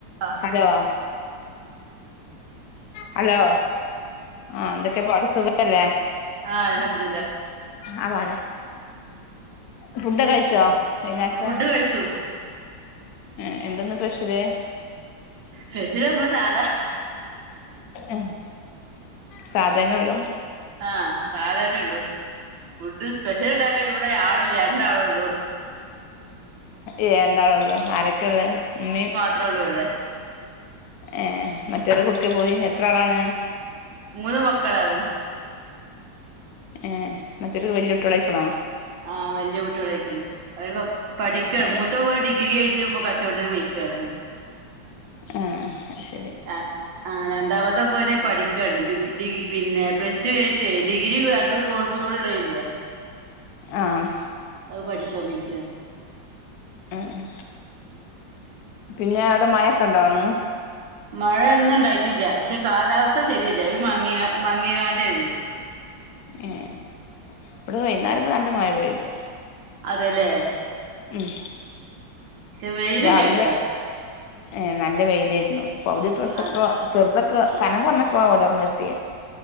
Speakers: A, on the right (about 75°); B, on the left (about 70°).
A: ആഹ്
B: hello hello ആഹ് എന്തെക്കെ പാട് സുഖല്ലേ?
A: ആഹ് അൽഹംദുല്ലാ
B: ആഹ് വര ഫുഡൊക്കെ കഴിച്ചോ? വൈന്നേരത്തെ
A: ഫുഡ് കഴിച്ചു
B: ഏഹ് എന്താ ഇന്ന് സ്പെഷ്യല്?
A: സ്പെഷ്യല് നമ്മളെ സാധാ
B: ഉം സാധരണെ ഒള്ളൂ
A: ആഹ് സാധരണെ ഒള്ളു ഫുഡ് സ്പെഷ്യല് ഇണ്ടാക്ക ഇവടെ ആളില്ല രണ്ടാളോള്ളു
B: ഏഹ് രണ്ടാളെ ഒള്ളു ആരൊക്കെള്ള് ഇമ്മിം
A: ത്രേള്ളു ഇവടെ
B: ഏഹ് മറ്റൊലെക്കെ എവ്ട്ക്കെ പോയി എത്ര ആളാണ്?
A: മൂന്ന് മക്കളാണ്
B: ഏഹ് മറ്റൊലൊക്കെ വെല്യ കുട്ട്യാളയ്ക്ക്ണോ?
A: ആഹ് വെല്യ കുട്ട്യാളയ്ക്ക്ണ് പഠിക്കാ
B: ഏ
A: മൂത്തോംപ്പം ഡിഗ്രി കയിഞ് ഇപ്പൊ കച്ചോട്ത്തിന് പൊയ്ക്കാണ്
B: ഏഹ് അത് ശെരി
A: ആഹ് ആഹ് രണ്ടാമത്തെ മോന് പഠിക്കാണ് ഡി ഡിബി പിന്നെ പ്ലസ്ടു കയ്ഞ്ട്ടെ ഡിഗ്രി രണ്ടും കോഴ്സും കൂടെ ഇള്ളത്ല്ലേ
B: ആഹ്
A: അത് പഠിക്കാൻ പൊയ്ക്കാണ്
B: ഏഹ് പിന്നെ അവടെ മഴക്കെ ഇണ്ടോ ഇന്ന്?
A: മഴ ഇന്ന് ഇണ്ടായിട്ടില്ല പക്ഷെ കാലാവസ്ഥ ശെരിയല്ല ഈ മങ്ങി മങ്ങിങ്ങാണ്ടെന്നു
B: ഏഹ് ഇവടെ വൈന്നാരം ഇപ്പ നല്ല മഴ പെയ്തു
A: അതെല്ലേ
B: ഉം
A: പക്ഷെ വെയില്
B: രാവിലെ
A: ഇല്ലട്ടോ
B: ഏഹ് നല്ല വെയിലായിരുന്നു പൗതി ഡ്രസ്സൊക്കെ
A: അത്
B: ചെർതൊക്കെ കനം കൊർഞതോക്കെ ഒലർന്നിട്ടി